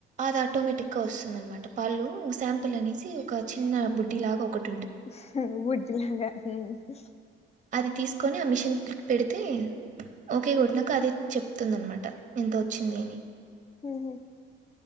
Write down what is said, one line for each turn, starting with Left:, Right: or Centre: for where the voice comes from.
Right: అది ఆటోమేటిక్ గా వస్తుందనమాట పాళ్లు శాంపుల్ అనేసి ఒక చిన్న బుడ్డి లాగా ఒకట్
Left: హ్ చిన్న బుడ్డి లాగ హ్హ్ హ్
Right: అది తీసుకొని ఆ మిషన్ క్లిక్ పెడితే ఓకే కొట్టినక అదే చెప్తుంద అన్నమాట ఎంత వచ్చింది అని
Left: మ్మ్ హు